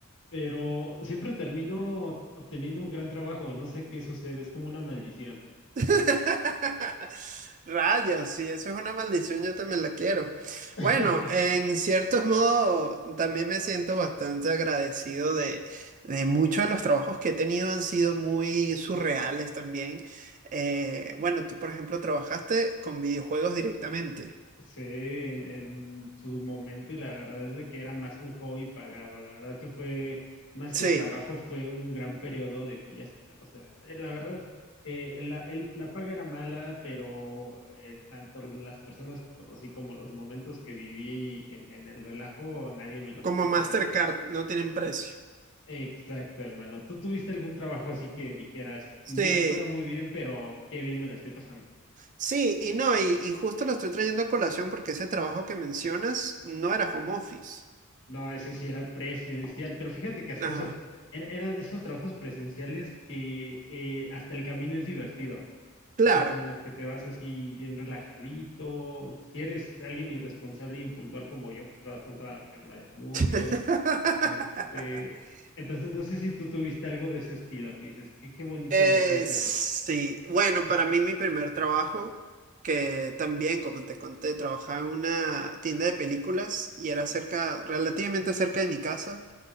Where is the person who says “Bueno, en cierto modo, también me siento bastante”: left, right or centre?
Right